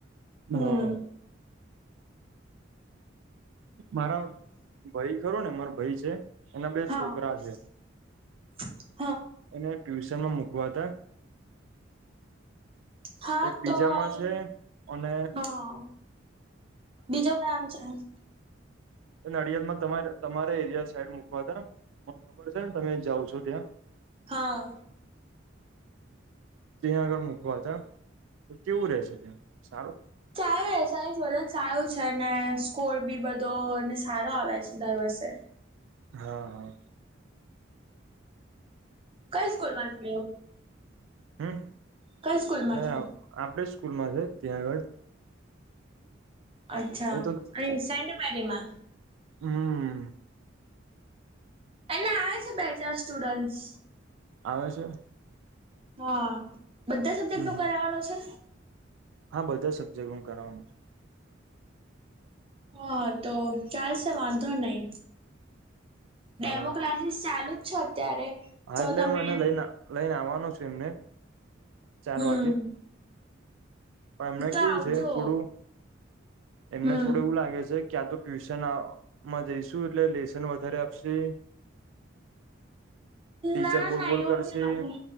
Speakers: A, on the right; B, on the right.
A: હા
B: હમ.
A: મારા ભાઈ ખરો ને મારા ભાઈ છે એના બે
B: હા
A: છોકરા છે,
B: <unintelligible>
A: એને ટ્યુશનમાં મુકવા હતા,
B: હા
A: એક બીજામાં
B: તો અઇ
A: છે અને
B: હા બીજો નામ છે.
A: નડિયાદ માં તમારે તમારે. સાઈડ મુકવા તા <inaudible> ખબર છે ને તમે જાઓ છો ત્યાં
B: હા.
A: ત્યાં આગળ મૂકવા હતા તો કેવું રહેેશે ત્યાં સારું?
B: સારુ એ સાહીધન ચાયું છે, ને સ્કોર બી બધોને સારો આવે છે દર વર્ષે
A: હા હા
B: કઈ સ્કૂલ માં છે.
A: હમ્મ
B: કઈ સ્કૂલમાં
A: અ
B: છે
A: આ આપડે સ્કૂલ માં છે ત્યાં આગળ.
B: અચ્છા
A: એ
B: અને સેન્ટ મેંરીમાં
A: હમ્મ.
B: એને આવે છે બે ચાર સ્ટુડન્ટસ
A: આવે છે?
B: હા, બધા સબ્જેક્ટ
A: હમ
B: નું
A: હમ.
B: કરાવાનું છે?
A: હા, બધા સબ્જેક્ટ હું કરવાનો છુ.
B: હા તો ચાલશે વાંધો નહી.
A: હા
B: ડેમો ક્લાસીસ ચાલુ જ છે અત્યારે
A: હા,
B: તો
A: એટલે
B: તમે
A: હું એને લઈને લઈને આવવાનો છું એમને
B: હમ
A: ચાર વાગે પણ એમને
B: તો
A: કેવું
B: આવજો
A: છે થોડું એમને
B: હમ
A: થોડું એવું લાગે છે‌. ક્યાં તો ટ્યુશનમાં જઈશુ એટલે લેસન વધારે આપશે, ટીચર
B: ના
A: બોલ
B: ના
A: બોલ
B: એવું
A: કરશે
B: ના હોય.